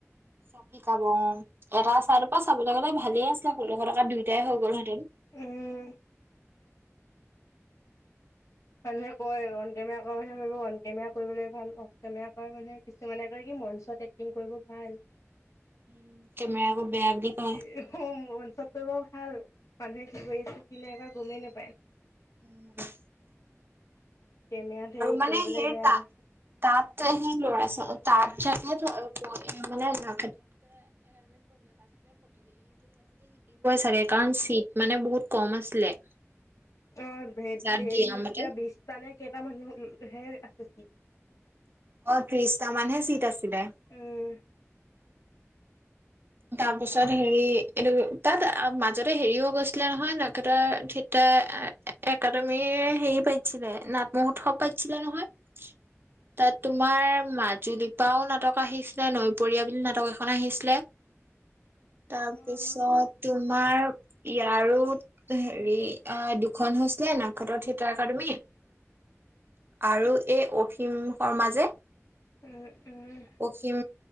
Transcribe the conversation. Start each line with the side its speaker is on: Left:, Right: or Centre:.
Right: চব শিকাব অ' এটা চাইদৰ পৰা চাবলৈ গ'লে ভালে আছে। তেতিয়া ষোল্লখত দুই তায়ে হৈ গ'ল হয়। <unintelligible>
Left: উম মানুহে কয় অন কেমেৰা কৰে মানে ভাবিব অন কেমেৰা কৰিবলৈ ভাল অফ কেমেৰা কয় মানুহে কিছুমানে কয় কি মঞ্চত এক্টিং কৰিব ভাল।
Right: উম কেমেৰা আকৌ বেয়া বুলি কয়
Left: এ অ মঞ্চত কৰিব ভাল। মানুহে কি কৰি আছে কি নাই একো গমেই নাপায়।
Right: উম।
Left: কেমেৰাত হেৰি
Right: মানে
Left: কৰিবলে
Right: সেই
Left: বেয়া।
Right: তাত তাত সি লৰা তাত চাগে <unintelligible> দিবয়ই চাগে কাৰন মানে বহুত কম আছিলে।
Left: অ হে
Right: তাত
Left: হেৰি
Right: দিয়া মতে
Left: কিবা বিছটা নে কেইটা মানুহ ধেৰ আছে চিত
Right: অ ত্ৰিশটা মানহে চিট আছে। <unintelligible>
Left: উম
Right: তাৰপিছত হেৰি এইটো তাত মাজতে হেৰিও গৈছিলে নহয় নেতা থিয় একাডেমি হেৰি পাইতিছিলে নাট মহোৎসৱ পাইতিছিলে নহয়। তাত তোমাৰ মাজুলীপাও নাটক আহিছিলে নৈপৰীয়া বুলি নাটক এখন আহিছিলে। তাৰপিছত
Left: উম
Right: তোমাৰ ইয়াৰো হেৰি দুখন হৈছিলে নাগত্ৰ থিয়েটাৰ একাডেমি। আৰু এই অ' । উম শৰ্মা যে'
Left: উম উম
Right: পশ্চিম।